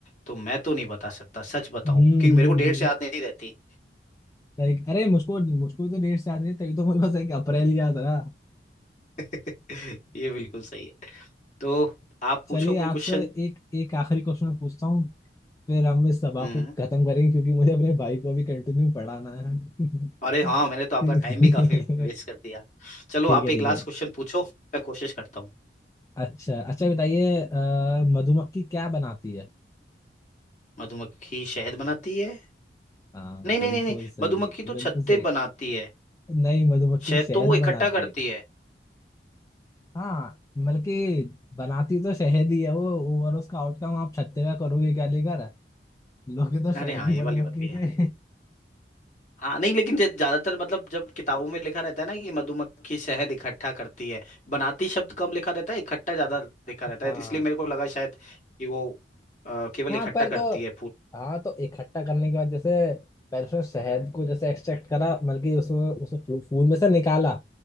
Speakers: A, on the left (about 45°); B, on the left (about 20°).
A: तो मैं तो नहीं बता सकता सच बताऊं
B: हम्म
A: क्योंकि
B: हम्म
A: मेरे को
B: हम्म।
A: डेट से याद नहीं रहती
B: लाइक अरे मुझको मुझको भी तो डेट याद नहीं तभी तो मुझे बस एक अप्रैल याद रहा
A: <laughs> ये बिल्कुल सही है तो आप
B: चलिए
A: पूछो कोई क्वेश्चन
B: आपसे एक एक आखिरी क्वेश्चन पूछता हूँ फिर हम इस सभा
A: हम्म
B: को खत्म करेंगे क्योंकि मुझे अपने भाई को अभी कंटिन्यू पढ़ाना है <laughs>
A: अरे हाँ मैंने तो आपका
B: ठीक
A: टाइम भी काफी वेस्ट कर दिया चलो
B: ठीक
A: आप
B: है
A: एक
B: ठीक
A: लास्ट
B: है
A: क्वेश्चन पूछो मैं कोशिश करता हूँ
B: अच्छा अच्छा बताइए अ, मधुमक्खी क्या बनाती है
A: मधुमक्खी शहद बनाती है
B: हाँ
A: नहीं नहीं
B: बिल्कुल
A: नहीं नहीं
B: सही
A: मधुमक्खी तो
B: बिल्कुल
A: छत्ते
B: सही
A: बनाती है
B: नहीं मधुमक्खी
A: शहद
B: शहद
A: तो वो इकट्ठा
B: बनाती
A: करती
B: है
A: है
B: हाँ मतलब कि बनाती तो शहद ही है वो ओवरऑल उसका आउटकम आप छत्ते का करोगे क्या लेकर लोगे तो
A: अरे
B: शहद
A: हाँ
B: ही मधुमक्खी
A: ये वाली बात भी है
B: से
A: हाँ नहीं लेकिन ज- ज्यादातर मतलब जब किताबों में लिखा रहता है ना कि मधुमक्खी शहद इकट्ठा करती है बनाती शब्द कम लिखा रहता है इकट्ठा ज्यादा लिखा
B: <laughs>
A: रहता
B: हाँ
A: है तो इसलिए मेरे को लगा शायद कि वो अ, केवल
B: हाँ
A: इकट्ठा
B: पर
A: करती
B: तो
A: है फूल
B: हाँ तो इकट्ठा करने के बाद जैसे पहले उसने शहद को जैसे एक्सट्रैक्ट करा मतलब कि उसमें उसमें फू- फूल में से निकाला